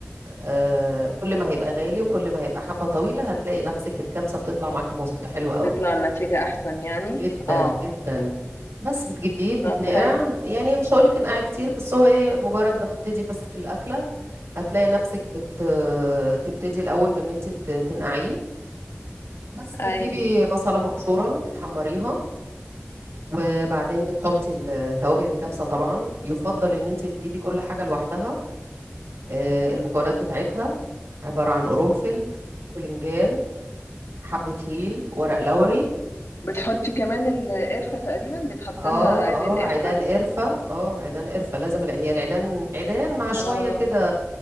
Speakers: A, on the right; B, on the left.
A: آه، كل ما هيبقى غالي وكل ما هيبقى حبة طويلة هتلاقي نفسك الكبسة بتطلع معاكي مظبوطة حلوة قوي
B: تطلع النتيجة احسن يعني
A: جدا
B: اه
A: جدا بس بتجيبيه بتنقع
B: طب حلو
A: يعني مش هقولك انقع كتير بس هو ايه مجرد ما تبتدي بس في الأكلة هتلاقي نفسك بت تبتدي الأول بإن انت ت- تنقعيه بس بتجيبي
B: ايوه
A: بصلة مبشورة بتحمريها وبعدين بتحطي ال- توابل الكبسة طبعا يفضل ان انت بتجيبي كل حاجة لوحدها آه، المكونات بتاعتها عبارة عن قرنفل باذنجان حبة هيل ورق لوري
B: بتحطي كمان القرفة تقريبا بتحط
A: اه
B: لها عيدين
A: اه
B: قرفة
A: عيدان قرفة اه عيدان قرفة لازم الع- هي العيدان عيدان مع شوية
B: اه
A: كده